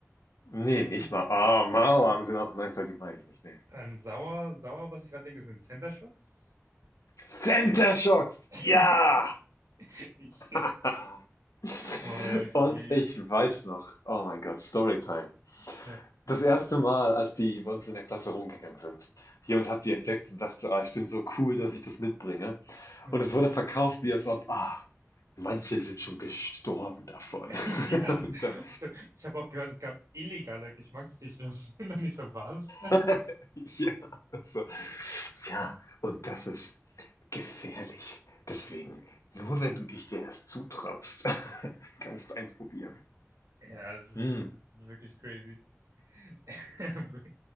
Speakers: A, on the left (about 90°); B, on the right (about 80°).
A: Nee,
B: Die
A: nicht
B: Kuh.
A: mal. Ah, Mauern sind auch nice, aber die meine ich nicht. Nee.
B: Dann sauer, sauer, was ich gerade denke, sind Center Shocks.
A: Center Shocks!
B: <laughs>
A: Ja!
B: Ich,
A: <laughs>
B: Oh ja, ich
A: Und
B: liebe.
A: ich weiß noch, oh mein Gott, Storytime.
B: Ja,
A: Das erste Mal, als die bei uns in der Klasse rumgegangen sind. Jemand hat die entdeckt und dachte, ah, ich bin so cool, dass ich das mitbringe.
B: ja.
A: Und es wurde verkauft, wie als ob, ah, manche sind schon gestorben davon.
B: <laughs>
A: <laughs>
B: Ja, das,
A: Und dann
B: ich habe ich hab auch gehört, es gab illegale Geschmacksrichtungen. <laughs> Und ich so, was?
A: <laughs> Ja, also, ja, und das ist gefährlich. Deswegen, nur wenn du dich dir das zutraust, <laughs> kannst du eins probieren.
B: Ja, es ist
A: Mm,
B: wirklich crazy. <laughs>